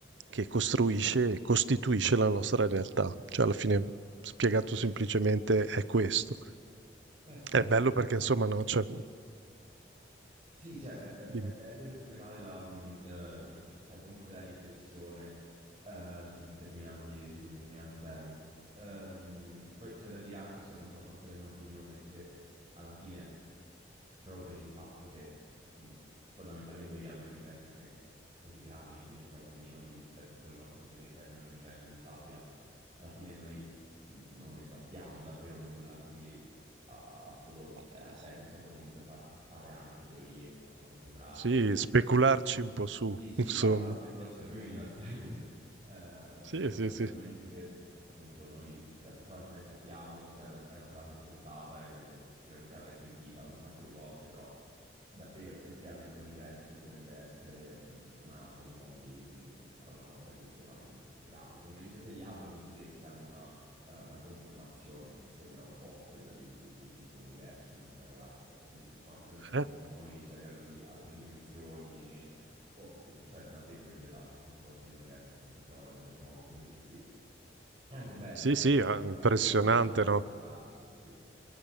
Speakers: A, on the right (about 80°); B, on the right (about 30°).
A: che costruisce
B: Mh-mh.
A: e costituisce la nostra realtà. Cioè, alla fine, spiegato semplicemente, è questo.
B: Beh sì,
A: È bello
B: cioè
A: perché, insomma, no, cioè,
B: Sì, cioè, è, è-
A: Dimmi.
B: è bello in generale la, mh, eh, cioè- cioè, comunque la riflessione eh, su determinati, su determinati temi. Ehm, poi c'è da dire anche, cioè, non so, questa è la mia opinione, che alla fine, proprio per il fatto che mh, fondamentalmente viviamo in un universo che è così grande, in cui noi siamo meno di un, cioè tutto il nostro pianeta è meno di un granello di sabbia, alla fine noi mh, non ne sappiamo davvero nulla, quindi ha, ha solo,
A: Ah,
B: cioè, ha
A: adesso-
B: senso comunque far fare anche teorie che possono sembrare
A: Sì, specularci un po' su,
B: sì,
A: <laughs>
B: sì,
A: insomma.
B: esatto, la speculazione, mi veniva il termine, eh, la
A: Sì,
B: speculazione
A: sì, sì.
B: dal momento che appunto noi, cioè per quanto ne sappiamo, cioè, lo- è una frase scontata, e vi- sicuramente l'avrei sentita un sacco di volte, però davvero effettivamente l'universo potrebbe essere un, un atomo di, di un qualcosa di estremamente più grande, al momento che gli atomi stessi hanno una, eh, una conformazione che sembra un po' quella di un, di un- di un piccolo universo, una piccola galassia, quindi per quanto ne sappiamo
A: Eh,
B: noi, cioè a livello di altre dimensioni o appunto, cioè davvero ne- della conformazione dell'universo ne sappiamo davvero poco, quindi sì, è anche bello,
A: Sì,
B: cioè,
A: sì,
B: nel
A: eh,
B: senso,
A: impressionante,
B: è anche stimolante specularci,
A: no?
B: sì,